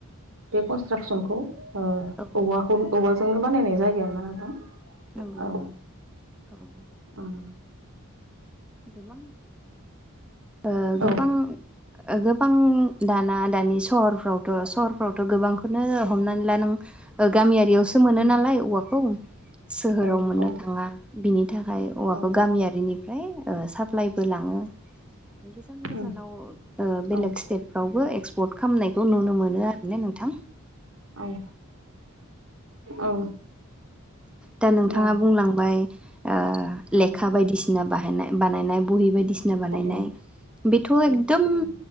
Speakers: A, on the right (about 70°); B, in the centre.
A: बे कनस्ट्राक्सनखौ ओ
B: औ
A: औवाखौ औवाजोंनो बानायनाय जायो आरोना नोंथां?
B: नंगौ
A: औ
B: नंगौ औ।
A: उम
B: गोबां ओ गोबां
A: औ
B: ओ गो बां दाना दानि सहरफ्रावथ' सहरफ्रावथ' गोबांखौनो
A: औ
B: हमनानै ला नों गामियारियावसो मोनो
A: उम
B: नालाय औवाखौ सोहोराव
A: औ
B: मोननो
A: औ
B: थाङा, बिनि थाखाय औवाखौ
A: औ उम
B: गामियारिनिफ्राय ओ साप्लाइ बो लाङो। गोजान गोजानाव
A: औ
B: ओ बेलेग
A: औ
B: स्टेटफ्रावबो एक्सपर्ट खालामनायखौ नुनो मोनो आरो ना नोंथां?
A: औ औ।
B: दा नोंथाङा
A: औ
B: बुंलांबाय ओ लेखा
A: औ
B: बायदिसिना बाहायनाय बानायनाय बहि बायदि सिना बानायनाय
A: बाहायो
B: बेथ'
A: उम
B: एकदम
A: उम